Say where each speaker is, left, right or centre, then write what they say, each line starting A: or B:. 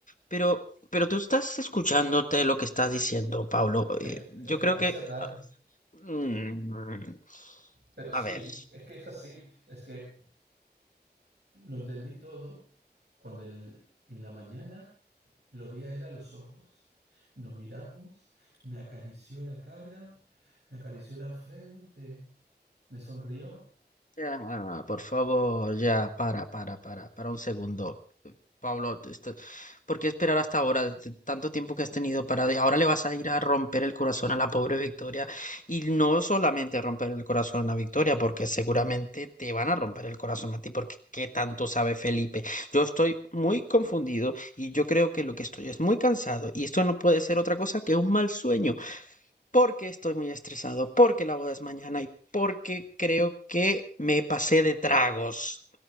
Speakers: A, on the left (about 50°); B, on the right (about 80°).
A: Pero, pero tú estás escuchándote lo que estás diciendo, Paulo.
B: Es
A: Eh,
B: que,
A: yo
B: es que
A: creo
B: parece
A: que...
B: raro,
A: ah, mm,
B: pero
A: a
B: sí,
A: ver.
B: es que es así. Es que lo entendí todo cuando el- en la mañana lo vi a él a los ojos. Nos miramos, me acarició la cara, me acarició la frente, me sonrió.
A: ya, ah, por favor, ya, para, para, para, para un segundo. Pablo, te- te- ¿por qué esperar hasta ahora? T- Tanto tiempo que has tenido para... de- Ahora le vas a ir a romper el corazón a la pobre Victoria. Y no solamente romper el corazón a la Victoria, porque seguramente te van a romper el corazón a ti, porque ¿qué tanto sabe Felipe? Yo estoy muy confundido y yo creo que lo que estoy es muy cansado y esto no puede ser otra cosa que un mal sueño, porque estoy muy estresado, porque la boda es mañana y porque creo que me pasé de tragos